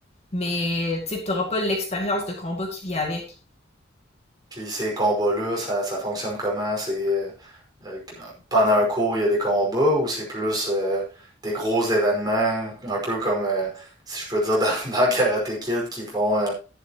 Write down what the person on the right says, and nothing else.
Puis ces combats-là, ça, ça fonctionne comment? C'est euh, euh, pendant un cours, il y a des combats ou c'est plus euh, des gros événements, un peu comme euh, si je peux dire dans, <laughs> dans Karate Kid qui font euh,